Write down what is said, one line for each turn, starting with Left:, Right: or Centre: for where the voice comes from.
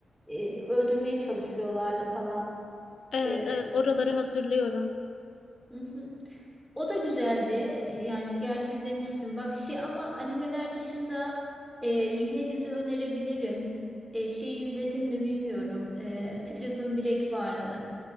Centre: e, öldürmeye çalışıyorlardı falan.
Left: Evet
Centre: E,
Left: evet oraları hatırlıyorum.
Centre: <laughs> O da güzeldi. Yani gerçi izlemişsin bak şey ama animeler dışında e, yine dizi önerebilirim. E, şeyi izledin mi bilmiyorum. E, Prison Break vardı.